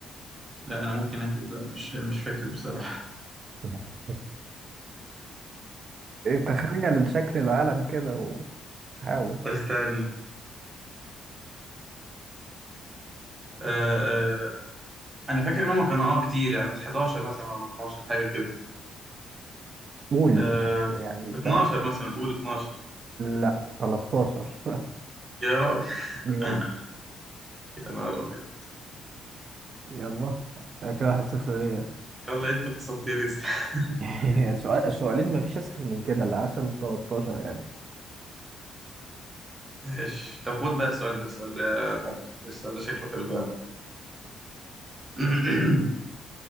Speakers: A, on the right; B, on the right.
A: لا أنا ممكن أهبط بقى مش مش فاكر بصراحة
B: <laughs> تخيل الشكل العالم كده وحاول
A: استنى آه آه أنا فاكر إن هما كانوا اه كتير يعني بس 11 مثلا ولا 12 حاجة كده
B: قول
A: آه
B: يعني أنت
A: 12 مثلا قول 12
B: لا 13 <laughs>
A: يا راجل <laughs>
B: يس
A: يا نهار أبيض
B: يلا كده واحد صفر ليا
A: يلا انت فصلتني است- <laughs>
B: <laughs> السؤال السؤالين مفيش أسهل من كده العسل و13 يعني
A: ماشي طب خد بقى السؤال ده السؤال ده السؤال ده شكله حلو فعلا <clears throat>